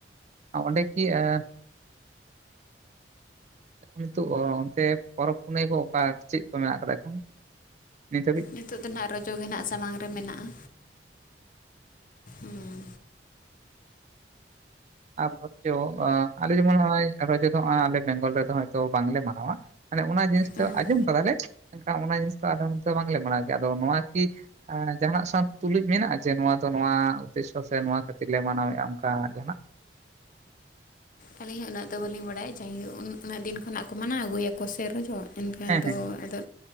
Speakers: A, on the right; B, on the left.
A: ᱚᱸᱰᱮ ᱠᱤ ᱮ ᱱᱤᱛᱚᱜ ᱚᱱᱛᱮ ᱯᱚᱨᱚᱵᱽ ᱯᱩᱱᱟᱹᱭ ᱠᱚ ᱚᱠᱟ ᱪᱮᱫ ᱠᱚ ᱢᱮᱱᱟᱜ ᱠᱟᱫᱟ ᱮᱠᱷᱚᱱ ᱱᱤᱛ ᱦᱟᱹᱵᱤᱡ
B: ᱱᱤᱛᱳᱜ ᱫᱚ ᱱᱟᱜ ᱨᱚᱡᱚ ᱜᱮ ᱱᱟᱜ ᱥᱟᱢᱟᱝ ᱨᱮ ᱢᱮᱱᱟᱜᱼᱟ ᱩᱸ
A: ᱟᱨ ᱨᱪᱚ <unintelligible> ᱟᱞᱮ ᱡᱮᱢᱚᱱ ᱱᱚᱜᱼᱚᱭ ᱨᱚᱡᱚ ᱫᱚᱜᱚᱭ ᱟᱞᱮ ᱵᱮᱝᱜᱚᱞ ᱨᱮᱫᱚ ᱦᱚᱭᱛᱚ ᱵᱟᱝᱞᱮ ᱢᱟᱱᱟᱣᱟ᱾ ᱢᱟᱱᱮ ᱚᱱᱟ ᱡᱤᱱᱤᱥ
B: ᱦᱩᱸ
A: ᱫᱚ ᱟᱸᱡᱚᱢ ᱠᱟᱫᱟᱞᱮ, ᱮᱱᱠᱷᱟᱱ ᱚᱱᱟ ᱡᱤᱱᱤᱥ ᱫᱚ ᱟᱞᱮ ᱱᱚᱛᱮ ᱵᱟᱝᱞᱮ ᱢᱟᱱᱟᱣ ᱜᱮᱭᱟ ᱟᱫᱚ ᱱᱚᱣᱟ ᱠᱤᱼᱼ ᱡᱟᱦᱱᱟᱜ ᱥᱟᱸᱶ ᱛᱩᱞᱩᱡ ᱢᱮᱱᱟᱜᱼᱟ, ᱡᱮ ᱱᱚᱣᱟ ᱫᱚ ᱱᱚᱣᱟ ᱩᱫᱽᱮᱥᱥᱚ ᱥᱮ ᱱᱚᱣᱟ ᱠᱷᱟᱹᱛᱤᱨ ᱞᱮ ᱢᱟᱱᱟᱣᱮᱫᱼᱟ ᱚᱝᱠᱟ ᱡᱟᱦᱱᱟᱜᱼᱼ
B: ᱟᱹᱞᱤᱧ ᱦᱚᱸ ᱩᱱᱟᱹᱜ ᱫᱚ ᱵᱟᱹᱞᱤᱧ ᱵᱟᱲᱟᱭᱟ, ᱡᱟᱭᱦᱳ ᱩᱱᱟᱹᱜ ᱫᱤᱱ ᱠᱷᱚᱱᱟᱜ ᱠᱚ ᱢᱟᱱᱟᱣ ᱟᱹᱜᱩᱭᱟᱠᱚ ᱥᱮ ᱨᱚᱡᱚᱼᱼ ᱮᱱᱠᱷᱟᱱ
A: ᱦᱮᱸ
B: ᱫᱚ
A: ᱦᱮᱸ
B: ᱟᱫᱚ,